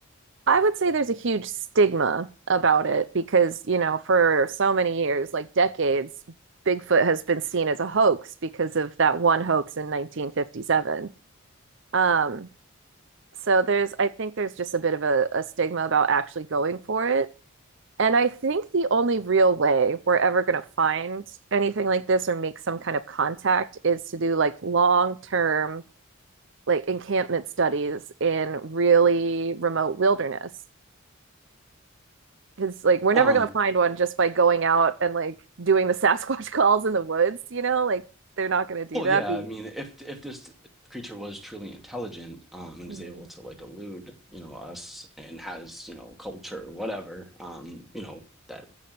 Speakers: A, on the right; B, in the centre.
A: I would say there's a huge stigma about it because, you know, for so many years, like decades, Bigfoot has been seen as a hoax because of that one hoax in 1957. Um, so there's, I think there's just a bit of a, a stigma about actually going for it. And I think the only real way we're ever going to find anything like this or make some kind of contact is to do like long term, like encampment studies in really remote wilderness because like we're
B: um
A: never gonna find one just by going out and like doing the Sasquatch <laughs> calls in the woods, you know? Like they're not gonna do
B: Well,
A: that.
B: yeah,
A: The-
B: I mean, if if this creature was truly intelligent, um, and
A: Mhm.
B: is able to like elude, you know, us and has, you know, culture or whatever, um, you know, that